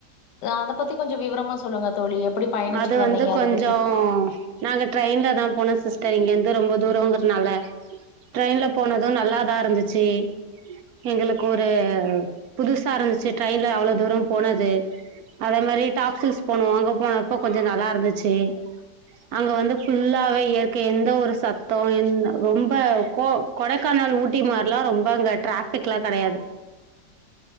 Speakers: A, on the left; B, on the right.
A: அத பத்தி கொஞ்சோ விவரமா சொல்லுங்க தோழி எப்டி பயணிச்சுட்டு
B: அது வந்து
A: வந்தீங்க
B: கொஞ்சோ
A: அத பத்தி
B: நாங்க ட்ரெயின்ல தான் போனோ சிஸ்டர் இங்கருந்து ரொம்ப தூரங்கறனால ல ட்ரெயின்ல போனது நல்லாதா இருந்துச்சு எங்களுக்கு ஒரு புதுசா இருந்துச்சு ட்ரெயின்ல அவ்வள தூர போனது அதே மாரி டாப்சில்ஸ் போனோ அங்க போன நல்லா இருந்துச்சு அங்க வந்து ஃபுல்லாவே இயற்கை எந்த ஒரு சத் தோ எந் ரொம்ப கொ கொடைக்கானல் ஊட்டி மார் லா ரொம்ப அங்க டிராஃபிக்லா கெடையாது